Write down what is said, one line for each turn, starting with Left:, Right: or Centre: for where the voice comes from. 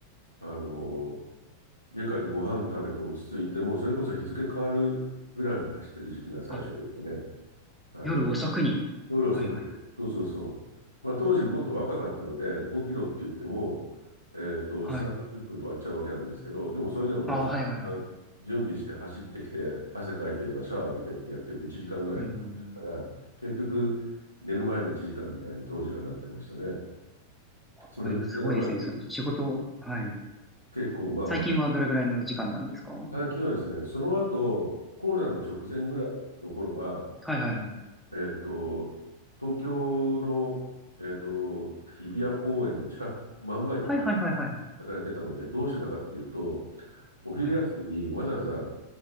Left: あの家帰ってご飯食べて落ち着いて、もうそれこそ日付変わるぐらいに走ってる時期が最初でしたね。
Centre: あ、
Left: はい。
Centre: 夜遅くに。
Left: 夜遅く。
Centre: はいはい
Left: そうそうそう。まあ、当時もっと若かったので、5キロって言っても、えっと、
Centre: はい。
Left: 3、
Centre: はい。
Left: 40分で終わっちゃうわけなんですけど、でもそれでもね、
Centre: あ、
Left: その時間準備して走ってきて、
Centre: はいはいはい。
Left: 汗かいてればシャワー浴びてってやってると1時間ぐらいかかっちゃうから、
Centre: うん。
Left: 結局、寝る前の1時間みたいに当時はなってましたね。それ、
Centre: あ、でもすごいですね。
Left: それがまず、
Centre: その仕事、はい。
Left: 結構まあ、
Centre: 最近はどれぐらいの時間なんですかはい。
Left: 最近はですね、その後、コロナの直前ぐらいの頃は、
Centre: はいはいはい。
Left: えっと、東京の、えっと、日比谷公園の近く、真ん前で
Centre: はいはいはいはい。
Left: 働いてたので、どうしてたかっていうと、お昼休みにわざわざ
Centre: はい。